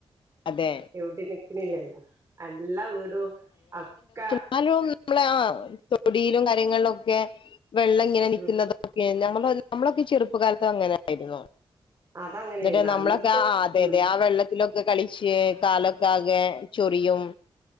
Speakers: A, on the left (about 65°); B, on the right (about 35°).
A: അതെ
B: ഒവിടിം നിക്ക്ണില്ലല്ലോ എല്ലാ വീടും അക്കെ
A: ഇന്നാലും നമ്മളെ ആഹ് തൊടിലും കാര്യങ്ങളിലൊക്കെ വെള്ളം ഇങ്ങനെ നിൽക്കുന്നതോ
B: ഉം
A: ഒക്കെ ഞമ്മളൊ ഞമ്മളൊക്കെ ചെറുപ്പ കാലത്ത് അങ്ങനെ ആയിരുന്നോ
B: അതങ്ങനെയായിരുന്നു
A: എന്നിട്ട് നമ്മളൊക്കെ
B: അന്നത്തെ
A: ആഹ് അതെ
B: ഉം
A: അതെ ആ വെള്ളത്തിലൊ ക്കെ കളിച്ച് കാലൊക്കെ ആകെ ചൊറിയും